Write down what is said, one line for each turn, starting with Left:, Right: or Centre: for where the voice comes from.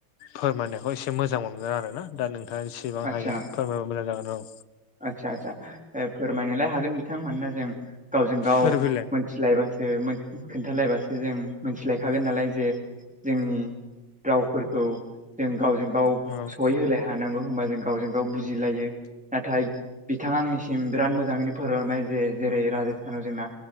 Left: फोरमायनायखौ एसे मोजां मोनगोन आरो ना दा नोंथाङा एसेबां
Centre: आदसा
Left: हायो फोरमायबा मोजां जागोन औ।
Centre: आदसा आदसा फोरमायनोलाय हागोन बिथांमोना जों गावजों गाव।
Left: नोरबिलाय
Centre: मिथिलायबासो खोन्थालायबासो जों मिथिलायखागोन नालाय जे जोंनि। रावफोरखौ जों गावजों गाव
Left: औ
Centre: सहै होलाय हानांगौ होनोमबा जों गावजों गाव बुजिलायो। नाथाय बिथाङा आंनिसिम बिराद मोजाङैनो फोरमोंबाय जे जेरै राजस्थानाव जोंना।